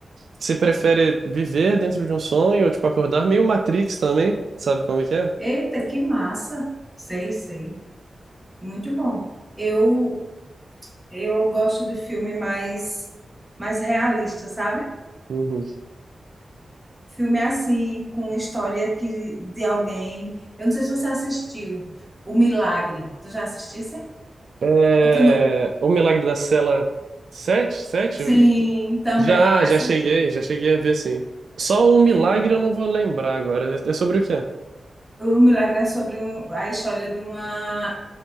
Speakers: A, on the right; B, in the centre.
A: você prefere viver dentro de um sonho ou, tipo, acordar, meio Matrix também, sabe como é que é?
B: eita, que massa. Sei, sei. Muito bom. Eu eu gosto de filme mais mais realista, sabe?
A: Uhum.
B: Filme assim, com história que, de alguém. Eu não sei se você assistiu O Milagre. Tu já assistisse?
A: É,
B: Ou tu não-
A: O Milagre da Cela sete, sete,
B: Sim, também
A: Já,
B: assisti.
A: já cheguei, já cheguei a ver, sim. Só o Milagre
B: Né?
A: eu não vou lembrar agora. É sobre o quê?
B: O Milagre é sobre um- a história de uma